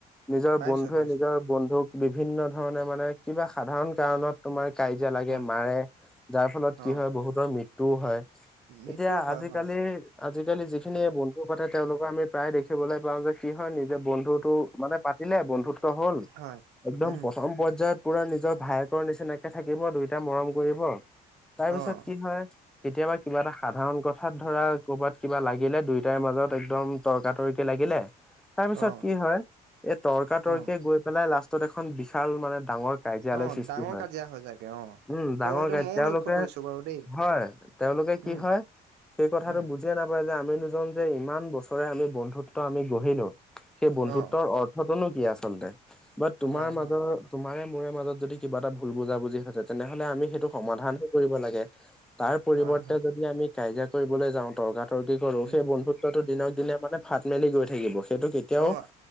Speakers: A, in the centre; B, on the right.
A: নিজৰ
B: পাইছোঁ,
A: বন্ধুৱে
B: পাইছোঁ
A: নিজৰ বন্ধুক বিভিন্ন ধৰণে মানে কিবা সাধাৰণ কাৰণত তোমাৰ। কাজিয়া লাগে
B: হয়,
A: মাৰে যাৰ ফলত কি
B: অ',
A: হয় বহুতৰ মৃত্যুও হয়।
B: মৃত্যু
A: এতিয়া
B: হয়,
A: আজিকালি
B: হয়,
A: আজিকালি যি। বন্ধু পাতে তেওঁলোকৰ আমি প্ৰায় দেখিবলৈ পাওঁ যে কি হয় নিজ। যে বন্ধুতটো মানে পাতিলে বন্ধুত্ব হ'ল
B: হয়,
A: একদম
B: উম,
A: প্ৰথম পৰ্যায়ত। পুৰা নিজৰ ভায়েকৰ নিচিনাকে থাকিব দুইটা মৰম কৰিব তাৰ পিছত
B: অ',
A: কি হয়। কেতিয়াবা কিবা এটা সাধাৰণ কথাত ধৰা কৰ'বাত কিবা লাগ। লাগিলে দুইটাৰ মাজত একদম তৰ্কাতৰ্কি লাগিলে? তাৰ পিছত
B: অ',
A: কি হয় এই তৰ্কা তৰ্কি
B: অ',
A: গৈ পেলাই লাষ্টত এখন। বিশাল মানে ডাঙৰ কাজিয়ালয়
B: অ',
A: সৃষ্টি
B: ডাঙৰ
A: হয়
B: কাজিয়া হৈ যায়গে অ',
A: উম
B: ত'
A: ডাঙৰ
B: সেইটো
A: ক
B: ময়ো
A: তেওঁলোকে?
B: লক্ষ্য কৰিছোঁ বাৰু দেই।
A: হয় তেওঁলোকে কি
B: উম,
A: হয় সেই কথাটো
B: উম,
A: বুজিয়ে নাপায় আমিজন যে ইমান বছৰে আমি বন্ধুত্ব আমি গঢ়িলো সেই বন্ধুত্বৰ
B: অ',
A: অৰ্থতোনো <unintelligible> কি আচলতে বাট তোমাৰ
B: হয়,
A: মাজৰ
B: হয়,
A: তোমাৰে মোৰে মাজত যদি কিবা এটা ভুল বুজা বুজি তেনেহলে আমি সেইটো সমাধান
B: হয়,
A: হে কৰিব লাগে। তাৰ পৰিৱৰ্তে
B: হয়, হয়,
A: যদি আমি কাজিয়া কৰিবলৈ যাওঁ তৰ্ক তৰ্কি কৰো
B: উম,
A: সেই বন্ধুত্বটো দিনক
B: উম,
A: দিনে মানে। ফাট মেলি গৈ থাকিব সেইটো কেতিয়াও
B: অ',